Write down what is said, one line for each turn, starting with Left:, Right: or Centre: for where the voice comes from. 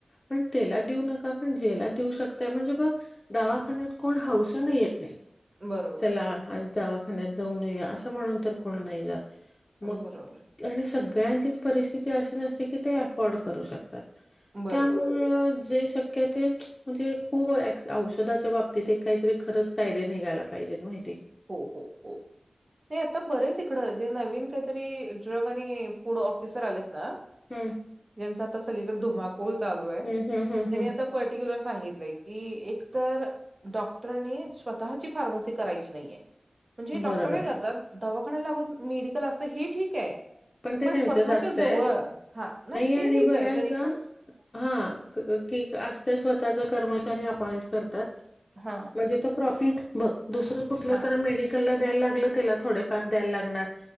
Left: पण त्याला देऊ नका आपण जेलात येऊ शकतोय म्हणजे बघ दवाखान्यात कोण हौसान नाही येत नाही <inaudible>
Right: बरोबर
Left: चला आज दवाखान्यात जाऊ नये असं म्हणून तर कोण नाही जात मग
Right: बरोबर
Left: आणि सगळ्यांचीच परिस्थिती अशी नसते की ते अफोर्ड करू शकत
Right: बरोबर
Left: <inaudible> त्यामुळे शक्य म्हणजे खूप औषधाच्या बाबतीत काहीतरी खरच कायदे निघायला पाहिजेत माहि
Right: हो- हो -हो ते आता बरेच इकड‌ जे नवीन काहीतरी ड्रग आणि फूड ऑफिसर आलेत आ <inaudible> आहे
Left: हम्म
Right: याचां आता सगळीकडे धुमाकूळ चालू आहे त्यांनी
Left: हम्म हम्म हम्म हम्म
Right: आता पर्टिक्युलर सांगितलंय की एकतर डॉक्टरनी स्वतःची फार्मसी करायची नाहीय म्हणजे
Left: बरोबर
Right: डॉक्टर काय करतात दवाखान्याला लागून मेडिकल असत तर हे ठीक आहे
Left: ते
Right: पण
Left: त्यांचंच
Right: स्वतःच्या
Left: असतंय
Right: जवळ हा नाही
Left: आणि
Right: ते ठीक
Left: बऱ्याचदा
Right: आहे तरी पण
Left: हा की असत स्वत ताच कर्मचारी ऑपोमेंट करतात
Right: हा
Left: म्हणजे तो प्रॉफिट बघ दुसरं कुठलं
Right: हा.
Left: तर मेडिकलला द्यायला लागलं त्याला थोडेफार द्यायला लागणार